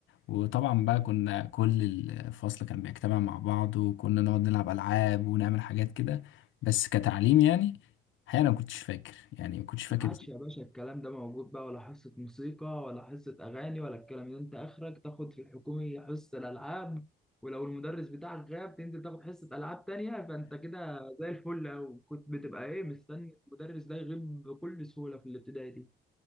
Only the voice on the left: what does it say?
وطبعا بقى كنا كل الفصل كان بيجتمع مع بعض وكنا نقعد نلعب العاب ونعمل حاجات كده بس كتعليم يعني الحقيقه انا ما كنتش فاكر يعني ما كنتش فاكر